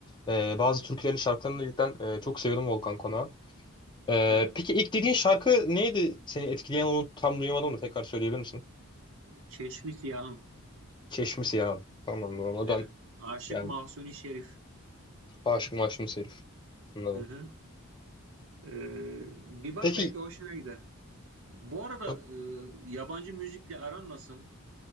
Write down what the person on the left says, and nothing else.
e, bazı türkülerin şarkılarını cidden e, çok seviyordum Volkan Konak'ı. E,
peki ilk dediğin şarkı neydi? Seni etkileyen onu tam duyamadım da tekrar söyleyebilir misin?
Çeşmisi ya. Tamam tamam. O
ben
yani
aşık maşım herif. Anladım.
Peki
bak,